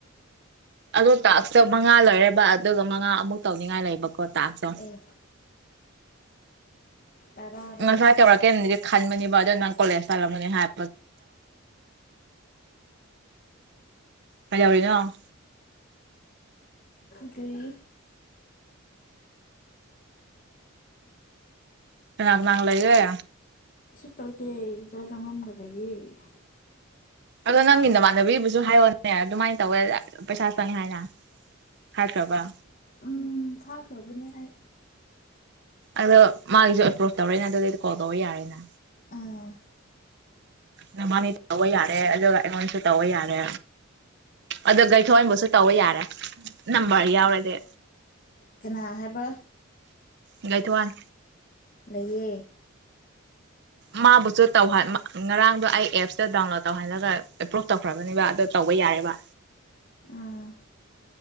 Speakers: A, on the right; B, on the left.
A: ꯑꯗꯣ ꯇꯥꯛꯁꯇꯣ ꯃꯉꯥ ꯂꯣꯏꯔꯦꯕ ꯑꯗꯨꯒ ꯃꯉꯥ ꯑꯃꯨꯛ ꯇꯧꯅꯤꯡꯉꯥꯏ ꯂꯩꯕꯀꯣ ꯇꯥꯛꯁꯇꯣ
B: ꯑꯦ ꯇꯔꯥꯔꯣ
A: ꯉꯁꯥꯏ ꯇꯧꯔꯛꯀꯦꯅꯗꯤ ꯈꯟꯕꯅꯦꯕ ꯑꯗꯣ <unintelligible> ꯀꯩꯗꯧꯔꯤꯅꯣ
B: ꯀꯔꯤ
A: ꯀꯅ ꯀꯅꯥ ꯂꯩꯔꯦ
B: ꯇ ꯇꯧꯗꯦꯖꯔꯔꯉꯝꯒꯗꯌꯦ <unintelligible>
A: ꯑꯗꯣ ꯅꯪꯒꯤ ꯅꯃꯥꯟꯅꯕꯤꯕꯨꯁꯨ ꯍꯥꯏꯌꯣꯅꯦ ꯑꯗꯨꯃꯥꯏꯅ ꯇꯧꯋꯦ ꯄꯩꯁꯥ ꯆꯪꯉꯦ ꯍꯥꯏꯅ ꯍꯥꯏꯈ꯭ꯔꯕ꯭ꯔ
B: ꯎꯝ ꯊꯥꯈ꯭ꯔꯕꯅꯦ ꯑꯩ
A: ꯑꯗꯣ ꯃꯥꯒꯤꯁꯨ ꯑꯦꯄ꯭ꯔꯣꯁ ꯇꯧꯔꯦꯅ ꯑꯗꯨꯗꯩꯗꯤ ꯀꯣꯜ ꯇꯧꯕ ꯌꯥꯔꯦꯅ
B: ꯑꯥ
A: ꯅꯕꯥꯅꯤ ꯇꯧꯕ ꯌꯥꯔꯦ ꯑꯗꯨꯒ ꯑꯩꯉꯣꯟꯗꯁꯨ ꯇꯧꯕ ꯌꯥꯔꯦ ꯑꯗꯣ ꯒꯩꯊꯣꯟꯕꯁꯨ ꯇꯧꯕ ꯌꯥꯔꯦ ꯅꯝꯕꯔ ꯌꯥꯎꯔꯗꯤ
B: ꯀꯅꯥ ꯍꯥꯏꯕ
A: ꯉꯥꯏ ꯊ ꯋꯥꯟ
B: ꯂꯩꯌꯦ
A: ꯃꯥꯕꯨꯁꯨ ꯇꯧꯍ ꯉꯔꯥꯡꯗꯣ ꯑꯩ ꯑꯦꯞꯁꯇ ꯗꯥꯎꯟꯂꯣꯗ ꯇꯧꯍꯜꯂꯒ ꯑꯦꯄ꯭ꯔꯣꯁ ꯇꯧꯈ꯭ꯔꯕꯅꯦꯕ ꯑꯗꯨ ꯇꯧꯕ ꯌꯥꯏꯕ
B: ꯑꯥ